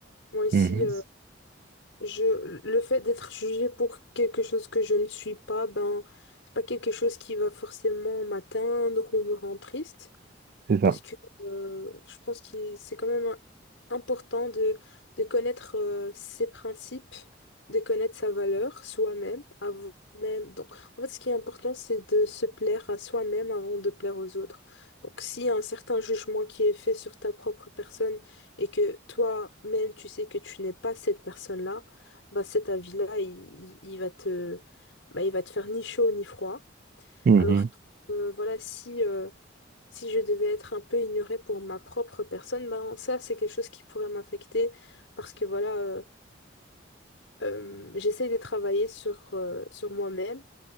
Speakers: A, on the left; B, on the right.
A: moi ici
B: Mhm.
A: Je, le fait d'être jugé pour quelque chose que je ne suis pas, ben, c'est pas quelque chose qui va forcément m'atteindre ou me rendre triste
B: C'est ça.
A: parce que euh, je pense que c'est quand même important de, de connaître euh, ses principes, de connaître sa valeur soi-même, avant même. Donc, en fait, ce qui est important, c'est de se plaire à soi-même avant de plaire aux autres. Donc, s'il y a un certain jugement qui est fait sur ta propre personne et que toi-même, tu sais que tu n'es pas cette personne-là, bah, cet avis-là, il, il- il va te, bah, il va te faire ni chaud ni froid.
B: Mhm.
A: Alors que, euh, voilà, si... euh, si je devais être un peu ignorée pour ma propre personne, ben ça, c'est quelque chose qui pourrait m'affecter parce que voilà, euh, euh, j'essaye de travailler sur, euh, sur moi-même